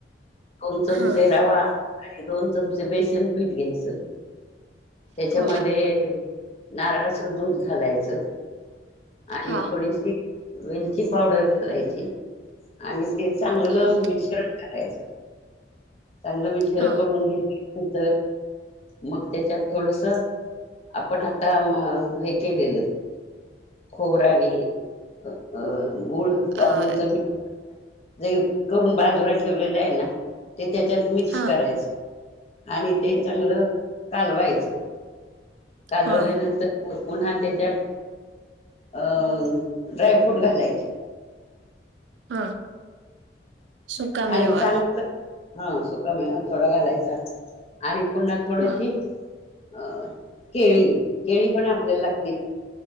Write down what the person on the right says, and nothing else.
हा
हो
हा
हा
हा
अ
हा
हा
हा... सुकामेवा
हा